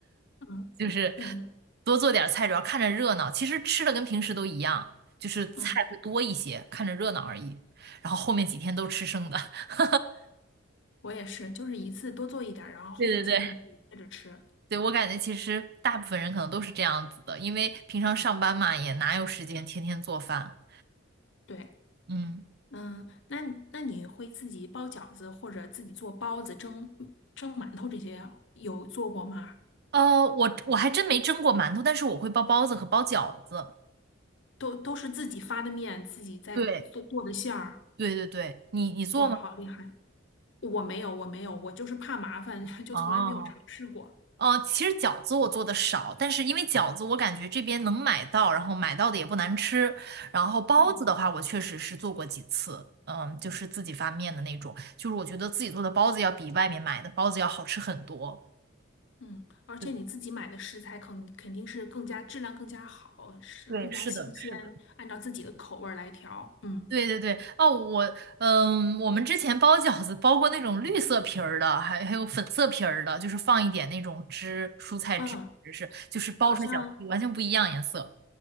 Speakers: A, on the left (about 65°); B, on the right (about 55°).
A: 嗯嗯
B: 就是多做点儿菜，主要看着热闹。其实吃的跟平时都一样，就是菜会多一些，
A: 嗯，
B: 看着热闹而已。然后后面几天都吃生的。<laughs>
A: 我也是，就是一次多做一点儿，然后后面几天可以接着吃。
B: 对对对，对，我感觉其实大部分人可能都是这样子的，因为平常上班嘛，也哪有时间天天做饭。
A: 对，
B: 嗯，
A: 嗯，那那你会自己包饺子或者自己做包子、蒸蒸馒头这些有做过吗？
B: 呃，我我还真没蒸过馒头，但是我会包包子和包饺子。
A: 都都是自己发的面，自己在做做的馅儿。
B: 对对对对，你你做吗？
A: 哇，好厉害！我没有，我没有，我就是怕麻烦，<laughs> 就从来没有尝试过。
B: 哦。呃，其实饺子我做的少，但是因为饺子我感觉这边能买到，然后买到的也不难吃。然后包子的话，
A: 嗯。
B: 我确实是做过几次，嗯，就是自己发面的那种，就是我觉得自己做的包子要比外面买的包子要好吃很多。
A: 嗯，而且你自己买的食材肯肯定是更加质量更加好，
B: 对，
A: 是更加新鲜，
B: 对，是的，是的，
A: 按照自己的口味儿来调。嗯
B: 对对对。哦，我，嗯，我们之前包饺子包过那种绿色皮儿的，还还有粉色皮儿的，就是放一点那种汁，蔬菜汁，
A: 嗯，
B: 是就是包出来饺子完全不一样颜色。
A: 好像